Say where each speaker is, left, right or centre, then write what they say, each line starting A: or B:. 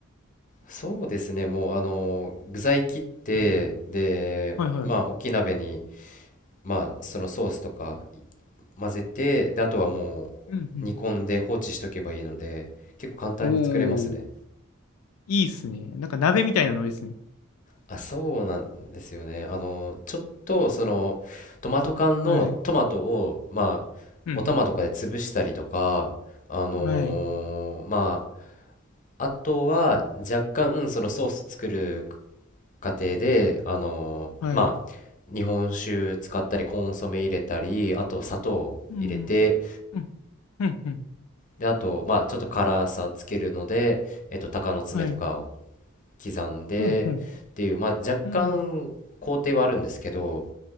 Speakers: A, on the left (about 40°); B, on the left (about 85°).
A: そうですね、もう、あのー具材切って、
B: はい、
A: で、
B: はい、はい。
A: まあ、大きい鍋に、まあそのソースとか混ぜてであとはもう煮込んで放置しとけばいいので結構簡単に作れますね
B: うん、うん。おー、いいっすね。なんか鍋みたいなノリっすね。
A: あそうなんですよねあのちょっとそのトマト缶のトマトをまあ
B: はい。うん、
A: お玉とかで潰したりとかあのーま
B: うん、うんはい、
A: ああとは若干そのソース作る過程であのーまあ日本酒使ったりコンソメ入れたりあと砂糖入れて
B: はい。うん、うん、うん、うん、
A: で、あと、まあ、ちょっと辛さつけるので、えっと、鷹の爪とかを
B: はい。
A: 刻んでっていう、
B: うん、うん、
A: まあ、若干工程はあるんですけど、
B: うん。